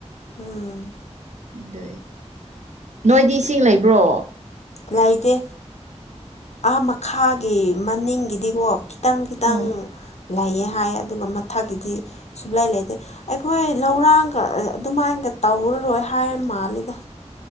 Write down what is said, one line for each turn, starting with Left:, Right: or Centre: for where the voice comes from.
Left: ꯎꯝ
Right: ꯑꯗꯨꯢ ꯅꯣꯏꯗꯤ ꯏꯁꯤꯡ ꯂꯩꯕ꯭ꯔꯣ
Left: ꯂꯩꯇꯦ ꯑꯥ ꯃꯈꯥꯒꯤ ꯃꯅꯤꯡꯒꯤꯗꯤꯀꯣ ꯈꯤꯇꯪ ꯈꯤꯇꯪ
Right: ꯑꯣ
Left: ꯂꯩꯌꯦ ꯍꯥꯏ ꯑꯗꯨꯒ ꯃꯊꯛꯀꯤꯗꯤ ꯁꯨꯡꯂꯩ ꯂꯩꯇꯦ ꯑꯩꯈꯣꯏ ꯂꯧꯔꯥꯡꯒ ꯑꯗꯨꯃꯥꯏꯅꯒ ꯇꯧꯔꯔꯣꯏ ꯍꯥꯏꯔ ꯃꯥꯜꯂꯤꯗ